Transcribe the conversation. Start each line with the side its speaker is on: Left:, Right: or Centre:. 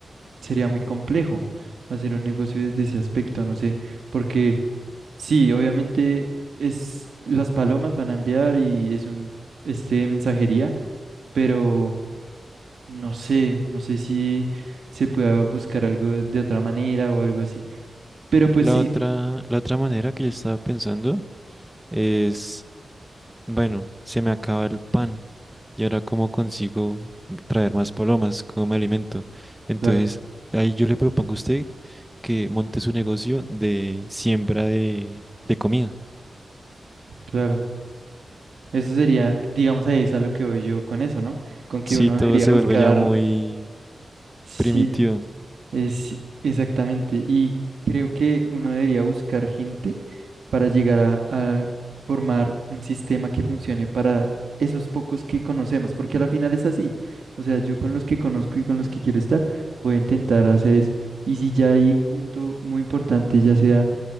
Right: sería muy complejo hacer un negocio desde ese aspecto, no sé, porque sí, obviamente es las palomas van a enviar y es un este mensajería, pero no sé, no sé si se pueda buscar algo de otra manera o algo así. Pero pues
Centre: La
Right: sí,
Centre: otra, la otra manera que yo estaba pensando es Bueno, se me acaba el pan. ¿Y ahora cómo consigo traer más palomas? ¿Cómo me alimento? Entonces,
Right: claro,
Centre: ahí yo le propongo a usted que monte su negocio de siembra de, de comida.
Right: claro. Eso sería, digamos, ahí es a lo que voy yo con eso, ¿no? Con que
Centre: Sí,
Right: uno
Centre: todo
Right: debería
Centre: se
Right: buscar,
Centre: vuelve ya muy
Right: sí,
Centre: primitivo.
Right: Es exactamente, y creo que uno debería buscar gente para llegar a, a formar un sistema que funcione para esos pocos que conocemos, porque a la final es así. O sea, yo con los que conozco y con los que quiero estar, voy a intentar hacer eso. Y si ya hay un punto muy importante, ya sea